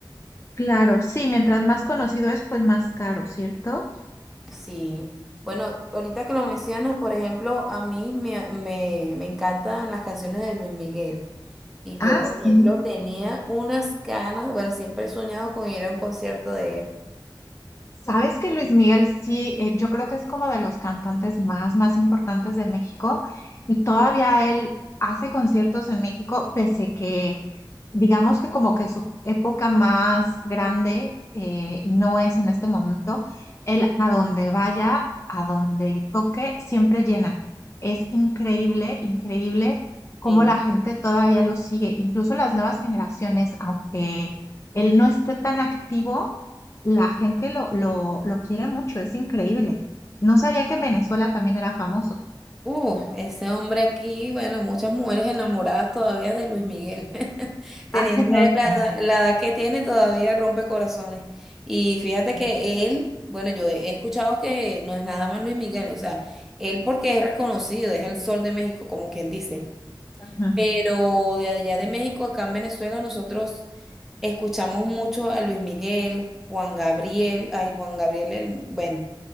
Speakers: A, on the left; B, in the centre.
A: Claro, sí, mientras más conocido es, pues más caro, ¿cierto?
B: Sí. Bueno, ahorita que lo mencionas, por ejemplo, a mí me, me, me encantan las canciones de Luis Miguel. Y yo,
A: Ah,
B: por
A: sí.
B: ejemplo, tenía unas ganas, bueno, siempre he soñado con ir a un concierto de él.
A: Sabes que Luis Miguel, sí, eh, yo creo que es como de los cantantes más, más importantes de México y todavía él hace conciertos en México, pese que digamos que como que su época más grande eh, no es en este momento. Él a donde vaya, a donde toque, siempre llena. Es increíble, increíble cómo
B: Sí.
A: la gente todavía lo sigue. Incluso las nuevas generaciones, aunque él no esté tan activo, la gente lo, lo, lo quiere mucho. Es increíble. No sabía que en Venezuela también era famoso.
B: Uh, ese hombre aquí, bueno, muchas mujeres enamoradas todavía de Luis Miguel, <laughs> teniendo
A: <laughs> Ay, no,
B: la, edad-
A: sí,
B: la edad que tiene, todavía rompe corazones. Y fíjate
A: sí.
B: que él, bueno, yo he he escuchado que no es nada más Luis Miguel, o sea, él porque es reconocido, es el sol de México, como quien dice.
A: Ujú.
B: Pero de allá de México, acá en Venezuela, nosotros escuchamos mucho a Luis Miguel, Juan Gabriel, ay, Juan Gabriel, el- bueno,